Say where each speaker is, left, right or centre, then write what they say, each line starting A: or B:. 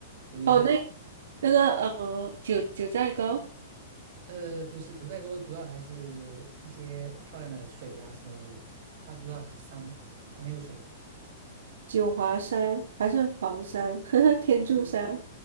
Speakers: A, on the right; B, on the right.
A: 由于这个
B: 哦，那那个呃，九九寨沟、
A: 呃不是九寨沟，主要还是一些漂亮的水呀、什么东西，它主要还是山，它没有水。
B: 九华山还是黄山、<laughs> 天柱山、
A: 嗯